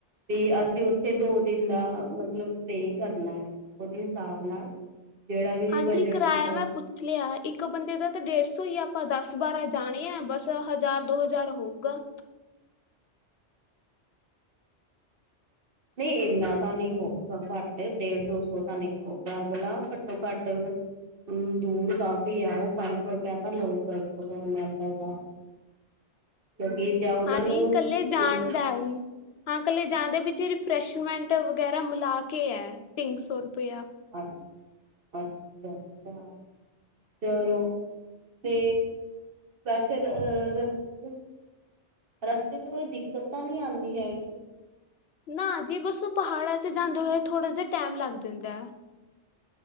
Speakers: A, on the right; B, on the left.
A: ਵੀ, ਅਸੀਂ ਉੱਥੇ ਦੋ ਦਿਨ ਦਾ, ਮਤਲਬ ਸਟੇ ਕਰਨਾ, ਉਹਦੇ ਹਿਸਾਬ ਨਾਲ ਜਿਹੜਾ ਵੀ
B: ਹਾਂਜੀ
A: ਵਜਣ
B: ਕਿਰਾਇਆ
A: ਤੁਆਡਾ।
B: ਮੈਂ ਪੁੱਛ ਲਿਆ ਇੱਕ ਬੰਦੇ ਦਾ ਤਾਂ ਡੇਢ ਸੌ ਈ ਆ, ਆਪਾਂ ਦਸ-ਬਾਰਾਂ ਜਾਣੇ ਆ ਬਸ ਹਜ਼ਾਰ-ਦੋ ਹਜ਼ਾਰ ਹੋਊਗਾ।
A: ਨਈ ਇੰਨਾ ਤਾਂ ਨਹੀਂ ਹੋਊਗਾ ਘੱਟ ਡੇਢ-ਦੋ ਸੌ ਤਾਂ ਨਈ ਹੋਊਗਾ ਅਗਲਾ ਘੱਟੋ-ਘੱਟ ਹ ਦੂਰ ਕਾਫੀ ਆ ਉਹ ਪੰਜ ਸੌ ਰੁਪਇਆ ਤਾਂ ਲਊਗਾ ਇੱਕ ਮੈਂਬਰ ਦਾ। ਕਿਉਂਕਿ ਜਾਂ ਉਹਨਾਂ
B: ਹਾਂਜੀ
A: ਨੂੰ
B: ਕੱਲੇ ਜਾਣ
A: ਇਨ
B: ਦਾ ਵੀ। ਹਾਂ, ਕੱਲੇ ਜਾਂਣਦੇ ਵਿੱਚ ਰਿਫਰੈਸ਼ਮੈਂਟ ਵਗੈਰਾ ਮਿਲਾ ਕੇ ਐ ਤਿੰਨ ਸੌ ਰੁਪਇਆ।
A: ਅੱਛ, ਅੱਛ, ਅੱਛਾ। ਚਲੋ ਤੇ ਵੈਸੇ ਅ ਰਸਤੇ ਰਸਤੇ ਚ ਕੋਈ ਦਿੱਕਤ ਤਾਂ ਨੀ ਆਂਦੀ ਹੈਗੀ।
B: ਨਾ ਜੀ ਬਸ ਉਹ ਪਹਾੜਾਂ ਚ ਜਾਂਦੇ ਹੋਏ ਥੋੜਾ ਜਿਆ ਟਾਈਮ ਲੱਗ ਜਾਂਦਾ ਐ।